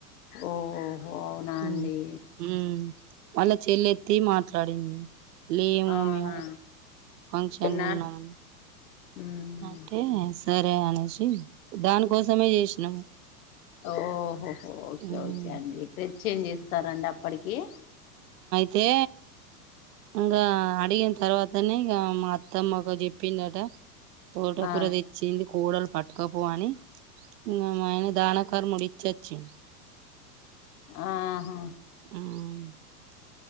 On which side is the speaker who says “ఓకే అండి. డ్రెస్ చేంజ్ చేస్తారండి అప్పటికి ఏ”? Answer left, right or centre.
Left